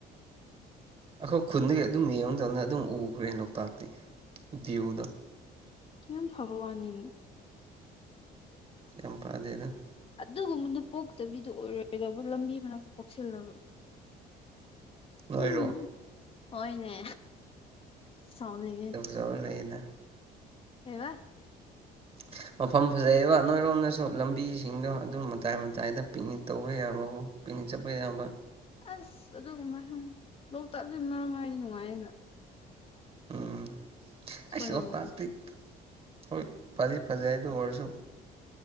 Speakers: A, on the right; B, on the left.
A: ꯑꯩꯈꯣꯏ ꯈꯨꯟꯗꯒꯤ ꯑꯗꯨꯝ ꯌꯦꯡꯕ ꯃꯇꯝꯗ ꯑꯗꯨꯝ ꯎꯈ꯭ꯔꯦ ꯂꯣꯛꯇꯥꯛꯇꯤ ꯗ꯭ꯌꯨꯗꯣ
B: ꯌꯥꯝ ꯐꯕ ꯋꯥꯅꯤꯅꯦ
A: ꯌꯥꯝ ꯄꯥꯗꯦꯗ
B: ꯑꯗꯨꯒꯨꯝꯕꯗ ꯄꯣꯛꯇꯕꯤꯗ ꯑꯣꯏꯔꯣꯏꯗꯧꯕ ꯂꯝꯕꯤ ꯃꯅꯥꯛꯇ ꯄꯣꯛꯁꯜꯂꯒ
A: ꯅꯣꯏꯔꯣ
B: ꯎꯝꯍꯨꯝ ꯍꯣꯏꯅꯦ ꯁꯥꯎꯅꯤꯡꯉꯦ
A: ꯇꯧꯔ ꯂꯩꯅ
B: ꯀꯩꯕꯥ
A: <inaudible> ꯃꯐꯝ ꯐꯖꯩꯕ ꯅꯣꯏꯔꯣꯝꯗꯁꯨ ꯂꯝꯕꯤꯁꯤꯡꯗꯣ ꯑꯗꯨꯝ ꯃꯇꯥꯏ ꯃꯇꯥꯏꯗ ꯄꯤꯛꯅꯤꯛ ꯇꯧꯕ ꯌꯥꯕꯒꯨꯝ ꯄꯤꯛꯅꯤꯛ ꯆꯠꯄ ꯌꯥꯕ
B: ꯑꯁ ꯑꯗꯨꯒ ꯃ ꯂꯣꯛꯇꯥꯛ ꯑꯗꯨꯅ ꯃꯔꯝ ꯍꯥꯏꯗꯤ ꯅꯨꯡꯉꯥꯏꯌꯦꯅ
A: ꯎꯝ
B: ꯑꯩꯈꯣꯏꯔꯣꯝ
A: ꯑꯁ ꯂꯣꯛꯇꯥꯛꯇꯤ ꯍꯣꯏ ꯐꯗꯤ ꯐꯖꯩ ꯑꯗꯨ ꯑꯣꯏꯔꯁꯨ